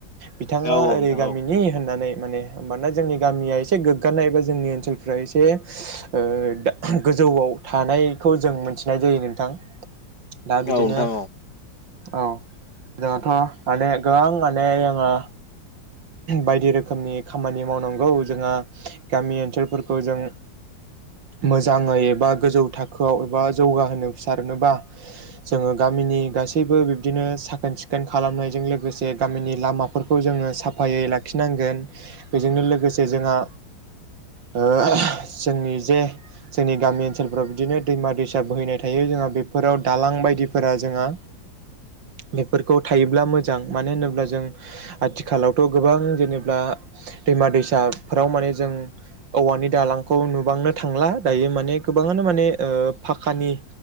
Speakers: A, on the right; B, on the left.
A: बिथाङा
B: औ
A: ओरै
B: नोंथां
A: गामिनि
B: औ
A: होननानै माने। मानोना जोंनि गामिया एसे गोग्गानाय एबा जोंनि ओनसोलफ्रा एसे ओ दा गोजौआव थानाय खौ जों मोनथिनाय जायो नोंथां दा बिदिनो
B: औ नोंथां औ
A: औ जोंहाथ' माने गोबां माने जोङो बायदि रोखोमनि खामानि मावनांगौ जोंहा गामि ओनसोलफोरखौ जों मोजाङै एबा गोजौ थाखोआव एबा जौगाहोनो सारनोबा जोङो गामिनि गासैबो बिब्दिनो साखोन सिखोन खालामनायजों लोगोसे गामिनि लामा फोरखौ जोङो साफायै लाखिनांगोन बेजोंनो लोगोसे जोंहा जोंनि जे जोंनि गामि ओनसोलफ्राव बिदिनो दैमा दैसा बोहैनाय थायो जोंहा बेफोराव दालां बायदिफोरा जोंहा बेफोरखौ थायोब्ला मोजां मानो होनोब्ला जों आथिखालावथ' गोबां जेनेबा दैमा दैसाफोराव माने जों औवानि दालांखौ नुबांनो थांला दायो माने गोबाङानो माने फाखानि